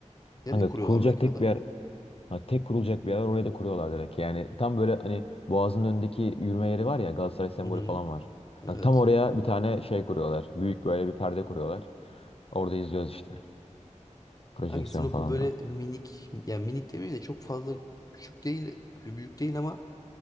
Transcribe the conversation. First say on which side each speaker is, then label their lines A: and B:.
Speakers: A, on the left (about 30°); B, on the left (about 50°).
A: Nereye
B: Hani
A: kuruyorlar
B: kurulacak
A: bu ekrada?
B: tek bir yer ha, tek kurulacak bir yer var oraya da kuruyorlar direkt. Yani tam böyle hani Boğaz'ın önündeki yürüme yeri var ya Galatasaray sembolü
A: Hı hı.
B: falan var.
A: Evet.
B: Hani tam oraya bir tane şey kuruyorlar. Büyük böyle bir perde kuruyorlar. Orada izliyoruz işte. Projeksiyon
A: Kanka sizin okul
B: falan
A: böyle
B: da.
A: minik yani minik demeyeyim de çok fazla küçük değil büyük değil ama